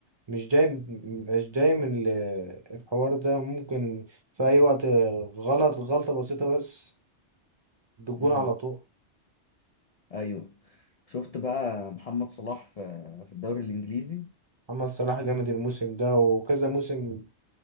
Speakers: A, on the right (about 25°); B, on the left (about 65°).
A: مش جاي مش جاي من ال- الحوار ده ممكن في اي وقت غلط غلطة بسيطة بس بجون
B: امم
A: على طول
B: ايوه شفت بقى محمد صلاح في في الدوري الانجليزي
A: محمد صلاح جامد الموسم ده وكذا موسم